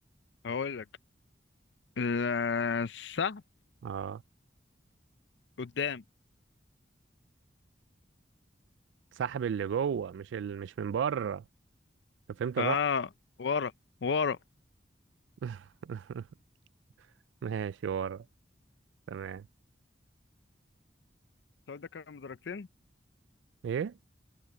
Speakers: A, on the left; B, on the right.
A: هقول لك لا، السحب
B: اه
A: قدام
B: سحب اللي جوه مش ال... مش من بره أنت فهمت
A: اه
B: غلط
A: ورا ورا
B: <laughs> ماشي ورا تمام
A: السؤال ده كان بدرجتين
B: ايه